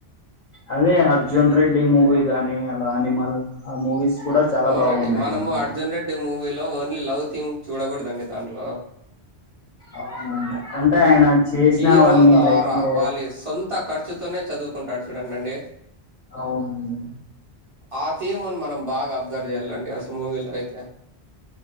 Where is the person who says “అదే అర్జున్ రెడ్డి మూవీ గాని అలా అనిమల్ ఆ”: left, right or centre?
Left